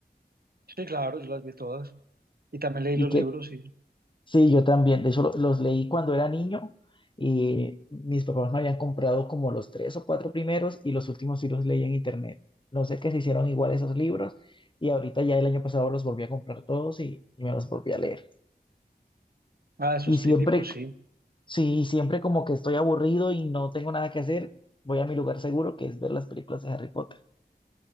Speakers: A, on the right (about 65°); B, on the left (about 30°).
A: sí, claro, yo las vi todas. Y también leí
B: ¿Y
A: los
B: qué
A: libros y
B: Sí, yo también. De hecho, lo- los leí cuando era niño y mis papás me habían comprado como los tres o cuatro primeros y los últimos sí los leí en internet. No sé qué se hicieron igual esos libros y ahorita ya el año pasado los volví a comprar todos y, y me los volví a leer.
A: ah, eso
B: Y
A: es
B: siempre,
A: típico, sí.
B: que- sí, siempre como que estoy aburrido y no tengo nada que hacer, voy a mi lugar seguro que es ver las películas de Harry Potter.